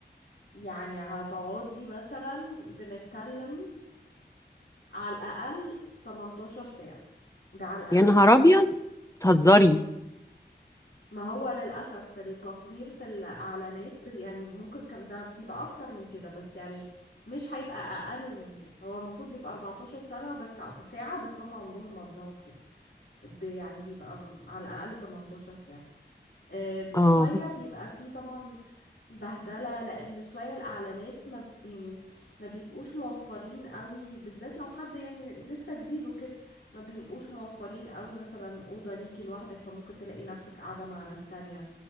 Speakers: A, on the left; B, on the left.
A: يعني هتقعدي مثلا بنتكلم على الأقل 18 ساعة ده على الأقل
B: يا نهار أبيض! بتهزري!
A: مم. ما هو للأسف في التصوير في الإعلانات بز- يعني ممكن كان ده بيبقى أكتر من كده بس يعني مش هيبقى أقل من كده هو المفروض بيبقى 14 سنة بس ساعة بس هم عمرهم ما بنقعد كده ب- يعني بيبقى م- على الأقل 18 ساعة أم،
B: آه.
A: شوية بيبقى فيه طبعا بهدلة لأن شوية الإعلانات ما ب- يعني ما بيبقوش موفرين قوي بالذات لو حد يعني لسه جديد وكده ما بيبقوش موفرين قوي مثلا أوضة ليكي لوحدك فممكن تلاقي نفسك قاعدة مع ناس تانية